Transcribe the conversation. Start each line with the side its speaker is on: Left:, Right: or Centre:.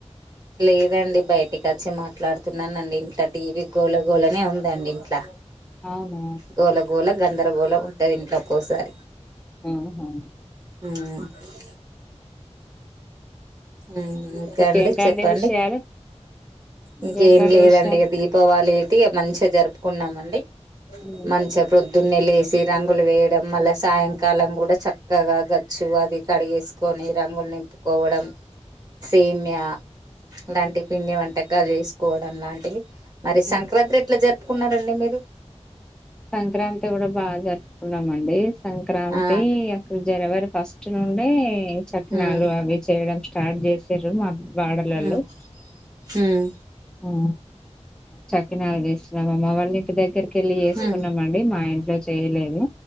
Right: లేదండి బయటకొచ్చి మాట్లాడుతున్నానండి ఇంట్ల టీవీ గోల గోల నే ఉందండి ఇంట్లా.
Centre: అవును
Right: గోలగోల గందరగోళం ఉంటది ఇంట్లో ఒక్కోసారి.
Centre: ఊహు
Right: మ్ మ్ ఇంక
Centre: ఇంకేంటండి
Right: అండి చెప్పండి
Centre: విషయాలు
Right: ఇంకేం
Centre: ఇంకేంటండి
Right: లేదండి
Centre: విషయాలు
Right: దీపావళి తిగా మంచిగ జరుపుకున్నామండి
Centre: ఉమ్
Right: మంచిగా ప్రొద్దున్నే లేసి. రంగులు వేయడం మళ్ళ సాయంకాలం కూడా చక్కగా గచ్చు అది కడిగేసుకొని. రంగుల్ నింపుకోవడం సేమ్యా ఇలాంటి పిండి వంటకాలు చేసుకోవడం లాంటివి మరి
Centre: ఉమ్
Right: సంక్రాంత్రి ఎట్ల జరుప్ పుకున్నారండి మీరు
Centre: సంక్రాంతి కూడ బాగాజరుపుకున్నామండి సంక్రాంతి
Right: ఆ
Centre: అస్సలు జనవరి ఫస్ట్. స్ట్ నుండీ చక్కినాలు
Right: హ్మ్
Centre: అవి చేయడం స్టార్ట్ చేసీరు మా వాడలోలు
Right: హ్మ్ హ్మ్
Centre: అ చక్కినాలు చేసినాం మా అమ్మ వాళ్ళ ఇంటి దగ్గరికి వెళ్ళి చేసుకున్నామండి
Right: హ్మ్
Centre: మా ఇంట్లో చేయలేదు.